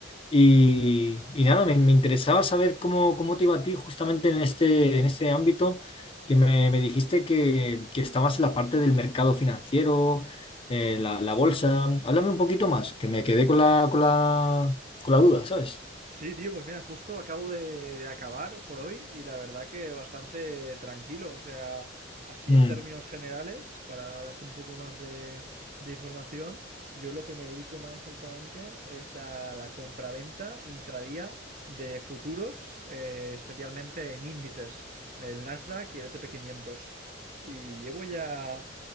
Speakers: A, on the left; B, on the right.
A: Y, y nada, me, me interesaba saber cómo, cómo te iba a ti justamente en este, en este ámbito, que me, me dijiste que, que estabas en la parte del mercado financiero, eh, la, la bolsa. Háblame un poquito más, que me quedé con la, con la, con la duda, ¿sabes?
B: Sí, tío, pues mira, justo acabo de, de acabar por hoy y la verdad que bastante tranquilo. O sea, así
A: Mm.
B: en términos generales, para darte un poco más de, de información, yo lo que me dedico más exactamente es a la compraventa intradía de futuros, eh, especialmente en índices, en el Nasdaq y el S&P 500. Y llevo ya